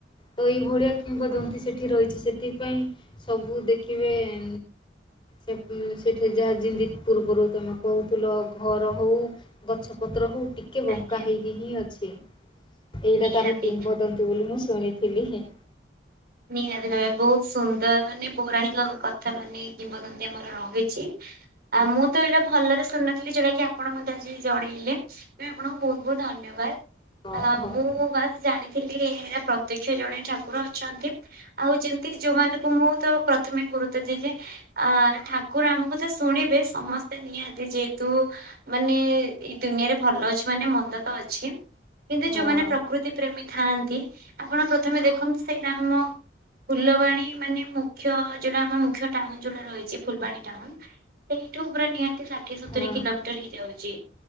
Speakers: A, on the left (about 25°); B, on the right (about 55°).
A: ତ ଏଇଭଳିଆ କିମ୍ବଦନ୍ତୀ
B: ଓ
A: ସେଠି ରହିଛି ସେଠି। ସେଥିପାଇଁ ସବୁ ଦେଖିବେ ଇ ଇ ସେଠି ଯାହା ଯେମିତି ପୂର୍ବରୁ ତୁମେ କହୁଥିଲ ଘର ହେଉ ଗଛପତ୍ର ହଉ ଟିକେ ବଙ୍କା
B: ଆଜ୍ଞା।
A: ହୋଇ ଅଛି।। ଏଇଟା
B: ନିହାତି
A: ତାର କିମ୍ୱଦନ୍ତି ବୋଲି ମୁଁ ଶୁଣି ଥିଲି ହିଁ
B: ନିହାତି ଭାବେ ବହୁତ ସୁନ୍ଦର ମାନେ ପୌରାଣିକ କଥା ମାନେ କିମ୍ବଦନ୍ତୀ ଆମର ରହିଛି। ଆ ମୁଁ ତ ଏଇଟା ଭଲରେ ଶୁନଥିଲି ଯଉଟା କି ଆପଣ ମତେ ଆଜି ଜଣେଇଲେ ତ ଆପଣଙ୍କୁ ବହୁତ ବହୁତ ଧନ୍ୟବାଦ।।
A: ହଁ
B: ଆ
A: ହଉ
B: ମୁଁ ବାସ ଜାଣିଥିଲି ଏରା ପ୍ରତିକି ସେ ଜଣେ ଠାକୁର ଅଛନ୍ତି। ଆଉ ଯେମତି ଯୋଉଁମାନଙ୍କୁ ମୁଁ ତ ପ୍ରଥମେ ଗୁରୁତ୍ୱ ଦିଏ ଯେ ଆ ଠାକୁର ଆମକୁ ତ ଶୁଣିବେ ସମସ୍ତେ ନିହାତି ଯେହେତୁ ମାନେ ଏଇ ଦୁନିଆରେ ଭଲ ଅଛି ମାନେ ମନ୍ଦ ତ ଅଛି।। କିନ୍ତୁ
A: ହଁ
B: ଯୋଉମାନେ ପ୍ରକୃତି ପ୍ରେମୀ ଥାଆନ୍ତି କି ଆପଣ ପ୍ରଥମେ ଦେଖନ୍ତୁ ସେଇଟା ଆମ ଫୁଲବାଣୀ ମାନେ ମୁଖ୍ୟ ଯୋଉଟା ଆମ ମୁଖ୍ୟ ଟାଉନ ଜିଲ୍ଲାରେ ରହିଛି। ଛି ଫଲବାଣୀ ଟାଉନ ସେଇଠୁ ପୁରା ନିହାତି ଷାଠିଏ ସତୁରୀ
A: ହଁ
B: କିଲୋମିଟର ହେଇଯାଉଛି।